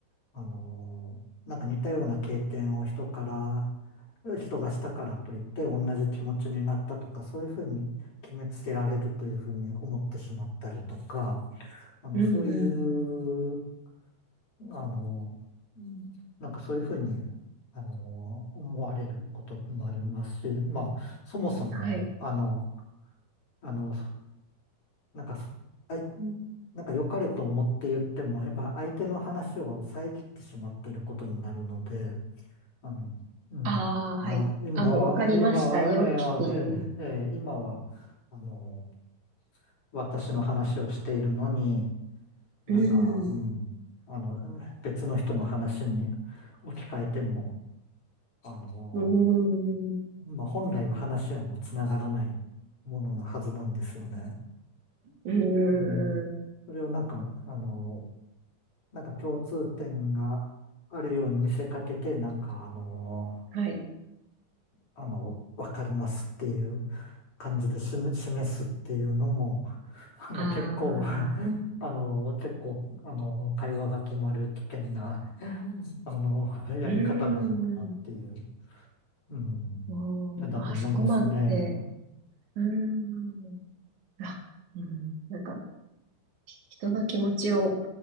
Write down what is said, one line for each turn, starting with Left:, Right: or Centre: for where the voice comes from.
Left: あのーなんか似たような経験を人から、人がしたからといって同じ気持ちになったとか、そういうふうに決めつけられるというふうに思ってしまったりとか、あの、
Right: うん、
Left: そういう、
Right: うん、うん、
Left: あのーうんなんかそういうふうに、あのー思われることもありますし、まあ、そもそも、
Right: はい。
Left: あの、あの、なんかあい、なんか良かれと思って言っても、やっぱ相手の話を遮ってしまっていることになるので、あの、うん。
Right: ああ、はい。
Left: あ、今は、
Right: あ、もうわかりましたよっていう。
Left: 今は、えーあでえー今は、あの、私の話をしているのに、なんか、
Right: うーん。
Left: うん、あの、別の人の話に置き換えても、あの、
Right: うーん。
Left: まあ、本来は話はもうつながらないものなはずなんですよね。
Right: うーん。
Left: うん。それをなんか、あの、なんか共通点があるように見せかけて、なんかあの、
Right: はい。
Left: あの、わかりますっていう感じで示、示すっていうのも、<laughs> あの、
Right: ああ、
Left: 結構、<laughs> あの、結構、あの、会話が止まる危険な、あの、やり方なのかなっていう、
Right: うーん。
Left: うん、
Right: おー、
Left: だと思いますね。
Right: あ、そこまで。うーん。あ、うん。なんか、人の気持ちを